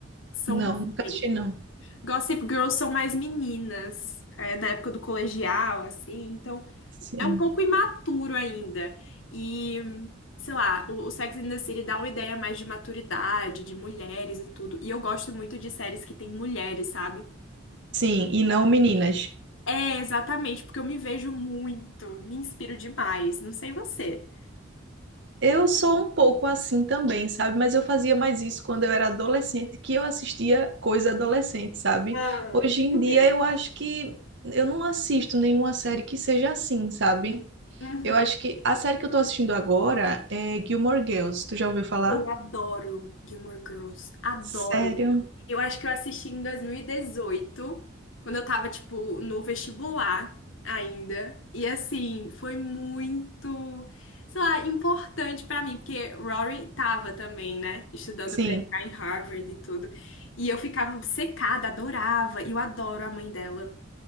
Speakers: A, on the left; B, on the right.
A: São
B: Não,
A: mulheres.
B: nunca assisti não.
A: né? Gossip Girls são mais meninas, é, da época do colegial, assim. Então,
B: Sim.
A: é um pouco imaturo ainda. E, sei lá, o, o Sex and the City dá uma ideia mais de maturidade, de mulheres e tudo. E eu gosto muito de séries que tem mulheres, sabe?
B: Sim, e não meninas.
A: É, exatamente, porque eu me vejo muito, me inspiro demais. Não sei você.
B: Eu sou um pouco assim também, sabe? Mas eu fazia mais isso quando eu era adolescente, que eu assistia coisa adolescente, sabe?
A: Ah,
B: Hoje
A: tipo
B: em
A: o
B: dia
A: quê?
B: eu acho que eu não assisto nenhuma série que seja assim, sabe?
A: Uhum.
B: Eu acho que a série que eu tô assistindo agora é Gilmore Girls. Tu já ouviu falar?
A: Eu adoro Gilmore Girls, adoro.
B: Sério?
A: Eu acho que eu assisti em 2018, quando eu tava, tipo, no vestibular ainda. E assim, foi muito, sei lá, importante pra mim, porque Rory tava também, né, estudando
B: Sim,
A: pra entrar em Harvard e tudo. E eu ficava obcecada, adorava, e eu adoro a mãe dela.